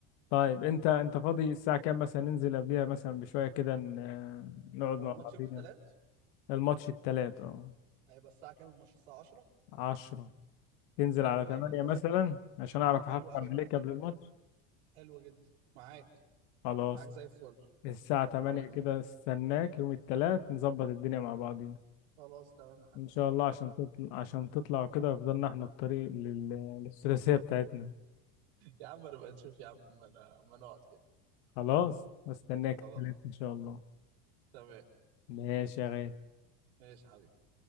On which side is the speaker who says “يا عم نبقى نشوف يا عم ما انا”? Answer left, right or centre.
Right